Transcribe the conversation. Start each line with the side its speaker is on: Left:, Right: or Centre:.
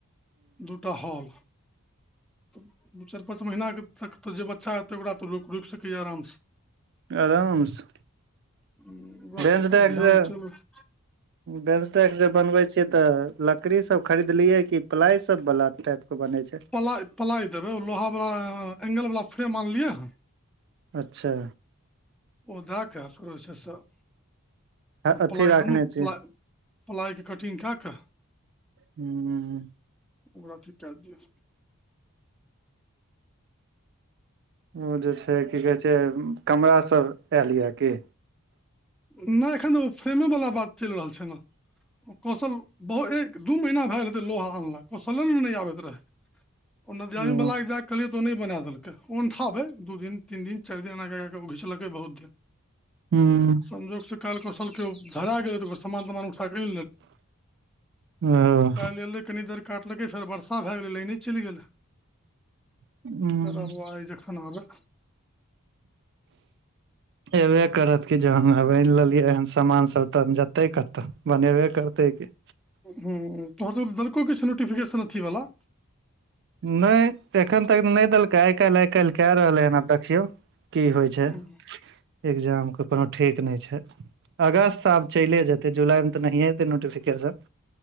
Centre: दूटा हॉल। दू चारि पाँच महीना तक तऽ जे बच्चा हेतै ओकरा तऽ रो रोकि सकैए आरामसँ।
Right: आराम से
Centre: हुँ वैह
Right: बेंच
Centre: सब
Right: डेस्क
Centre: पर ध्यान
Right: जे
Centre: चलू <inaudible>
Right: बेंच डेक्स जे बनबै छिये तऽ लकड़ी सब खरीदलियै की प्लाइ सब वाला टाइप के बनै छै।
Centre: प्लाइ प्लाय देबै ओ लोहा वला एंगल बला फ्रेम आनलियै हन
Right: अच्छा।
Centre: ओ दऽ के शुरू से स।
Right: अथी
Centre: प्लाइ
Right: राखने
Centre: आनू
Right: छियै
Centre: प्लाइ प्लाइके कटिंग कए कऽ।
Right: हुँ
Centre: ओकरा अथि कै दियौ।
Right: ओ जे छै की कहै छै कमरा सब आयल ये की।
Centre: नय एखन ओ फ्रेमेवला बात चलि रहल छै न। कौशल बहु एक दू महीना भए गेल हेतै लोहा अनला कौशले ने नय आबैत रहै। ओ नदियामी
Right: हूँ
Centre: बला के जाइक। कहलियै तऽ ओ नै बना देलकै अनठाबै दू दिन तीन दिन चारि दिन एना कए कए कऽ घिचलकै बहुत दिन।
Right: हूँ
Centre: संजोग स काल कोसल के धरा गेलै त ओकर समान तमान। ाकी
Right: ओ
Centre: तऽ काल। <unintelligible> कनी देर काटलकै फेर बर्षा भए गेलै लाइने चलि गेलै।
Right: हूँ
Centre: फेर आबवाज जखना आबै।
Right: एबे करत कि जहन अब आईन लेलियै हन समान सब तह जेते कतऽ बनेबे करते कि।
Centre: हूँ तोहर सब देलको किछ नोटिफिकेशन अथी बाला।
Right: नै एखन तक त नै देलकै आइ काल्हि आइ काल्हि कए रहलै हन आब देखियौ। की होइ छै
Centre: हँ
Right: एग्जामके कोनो ठीक नै छै। अगस्त आब चलि जेतै जुलाईमे तऽ नहिए जेतै नोटिफिकेशन।